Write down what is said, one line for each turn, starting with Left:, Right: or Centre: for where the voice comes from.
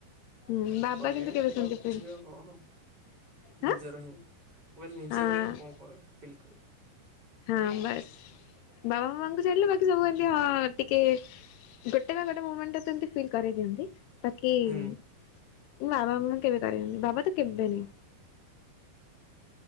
Left: ହୁଁ ବାବା
Right: କରିବେନି
Left: କିନ୍ତୁ କେବେ ସେମିତି
Right: ଗୋଟ୍
Left: ଫିଲ୍
Right: ଝିଅ କଣ। ନିଜର
Left: ହାଁ
Right: ହିଁଁ ନିଜର
Left: ହଁ।
Right: ହିଁ କଣ କ ଫିଲ୍ କରିବ।
Left: ହଁ ବାସ୍ ବାବା ମାମାଙ୍କୁ ଛାଡିଲେ ବାକି ସବୁ ଏମତି ହଁ ଟିକେ। ଗୋଟେ ନା ଗୋଟେ ମୁମେଣ୍ଟରେ ଏମତି ଫିଲ୍ କରେଇ ଦିଅନ୍ତି। ବାକି
Right: ହୁଁ
Left: ମାମା ବାବା କେବେ କରିନାହାନ୍ତି ବାବା ତ କେଭେ ନାଇଁ।